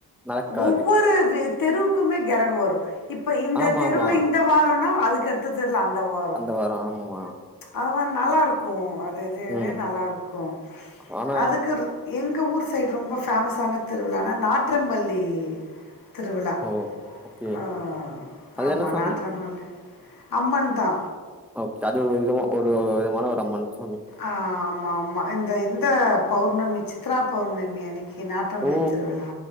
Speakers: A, in the centre; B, on the left.
A: நடக்காது
B: ஒவ்வொரு ந தெருவுக்குமே கெரகு வரு இப்ப இந்த
A: ஆமா
B: தெருவுல
A: ஆமா
B: இந்த வாரோனா அதுக்கடுத்த தெருல அந்த வாரோ
A: அந்த ஆமா
B: அதுத நல்லா இருக்கு அது இதுவே
A: ம்
B: நல்லா இருக்கு
A: ஆனா
B: அதுக்கு எங்க ஊர் சைடு ரொம்ப ஃபேமஸான திருவிழானா நாற்றும்பள்ளி திருவிழா
A: ஓ ஓகே
B: ஆ
A: அது
B: ஆமா
A: என்ன சாமி
B: நாற்றுமள்ளி அம்மன் தா
A: ஓகே அது ஒரு விதமா ஒரு விதமான ஒரு அம்மன் சாமி
B: ஆ ஆமா ஆமா இந்த இந்த பௌர்ணமி சித்ரா பௌர்ணமி அன்னைக்கு நாட் றம்பள்ளி
A: ஓ
B: திருவிழா